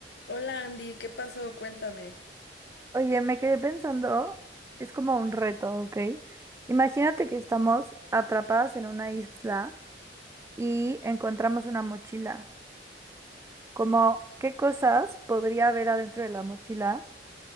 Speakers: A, on the left; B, on the right.
A: Hola Andy, ¿qué pasó? Cuéntame.
B: Oye, me quedé pensando, es como un reto, ¿ok? Imagínate que estamos atrapadas en una isla y encontramos una mochila. Como, ¿qué cosas podría haber adentro de la mochila